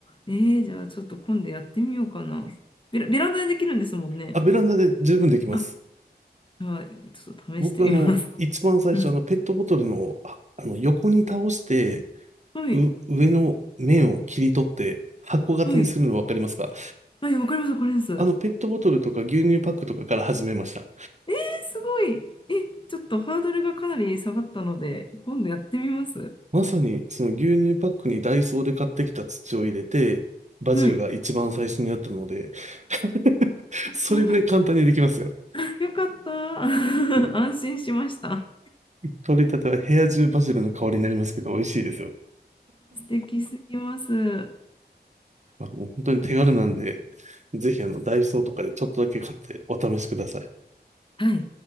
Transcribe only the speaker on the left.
えー、じゃあちょっと今度やってみようかな。ベラ、ベランダでできるんですもんね。
あ、はい。ちょっと試してみます。
<laughs>
うん。はい。
はい。はい、わかります、わかります。え
ー、すごい。え、ちょっとハードルがかなり下がったので、今度やってみます。
はい。
<laughs>
あよかった。<laughs>
安心しました。
素敵すぎます。は
い。